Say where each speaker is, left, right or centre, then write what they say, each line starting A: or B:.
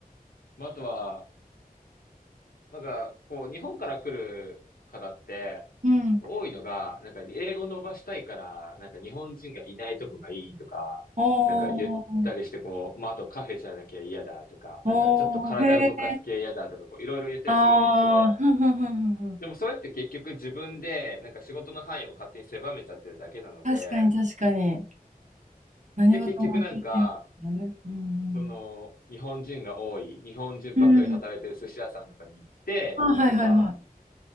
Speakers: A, on the left (about 75°); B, on the right (about 55°).
A: まあ、あとは、なんか、こう、日本から来る方って、
B: うんうん。うん。
A: 多いのが、なんか、英語伸ばしたいから、なんか、日本人がいないとこがいいとか、
B: おー、
A: なんか、言ったりして、こう、まあ、あとカフェじゃなきゃ嫌だとか、
B: おー、
A: なんか、ちょっと体動かす系嫌だとか、
B: へえ、
A: こう、いろいろ言ったりするんですけど、
B: あー、ふんふんふんふんふん。
A: でもそれって結局自分でなんか仕事の範囲を勝手に狭めちゃってるだけなので、
B: 確かに確かに。何事も経験だね。
A: で結局なんか、
B: うん
A: その日本人が多い、日本人ばっかり働いてる寿司屋さんとかに行って、
B: うん。うん。あ、はいはいはい。
A: なんか